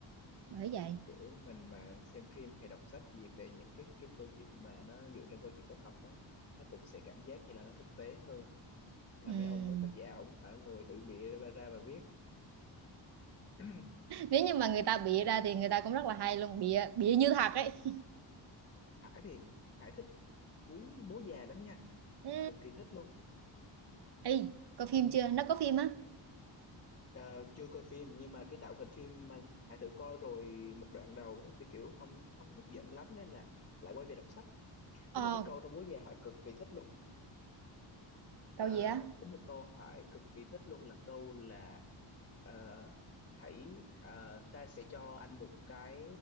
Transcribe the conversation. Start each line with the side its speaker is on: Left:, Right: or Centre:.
Right: bởi vậy
Left: kiểu mình mà xem phim hay đọc sách gì về những cái cái câu chuyện mà nó dựa trên câu chuyện có thật đó nó cũng sẽ cảm giác như là nó thực tế hơn là
Right: ừ.
Left: mấy ông đó, tác giả ổng phải ngồi tự bịa ra, ra và viết <clears throat>
Right: nếu như mà người ta bịa
Left: nhưng
Right: ra
Left: mà
Right: thì người ta cũng rất là hay luôn bịa bịa như thật ấy
Left: Hải thì Hải thích cuốn bố già lắm nha
Right: ừ.
Left: cực kỳ thích luôn
Right: Ê, coi phim
Left: ừ.
Right: chưa? Nó có phim á?
Left: Ờ, chưa coi phim nhưng mà cái tạo hình phim mà Hải thử coi rồi một đoạn đầu thì kiểu không không hấp dẫn lắm nên là lại quay về đọc sách
Right: Ờ,
Left: có một cái câu trong bố già Hải cực kỳ thích luôn
Right: cậu
Left: Ờ,
Right: gì á?
Left: có một câu hỏi cực kỳ thích luôn là câu là ờ, hãy ờ, ta sẽ cho anh một cái